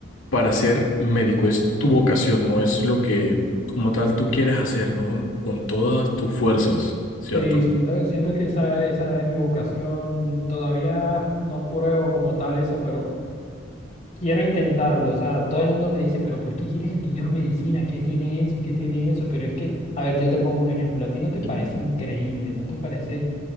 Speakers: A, on the left; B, on the left.
A: para ser médico, es tu vocación, no es lo que como tal tú quieres hacer, ¿no? Con todas tus fuerzas, ¿cierto?
B: Sí, siento, siento que esa, esa es mi vocación. Todavía no pruebo como tal eso, pero quiero intentarlo. O sea, todo el mundo me dice, pero ¿por qué quieres estudiar medicina? ¿Qué tiene eso? ¿Qué tiene eso? Pero es que, a ver, yo te pongo un ejemplo. ¿A ti no te parece
A: Mm,
B: increíble? ¿No te parece?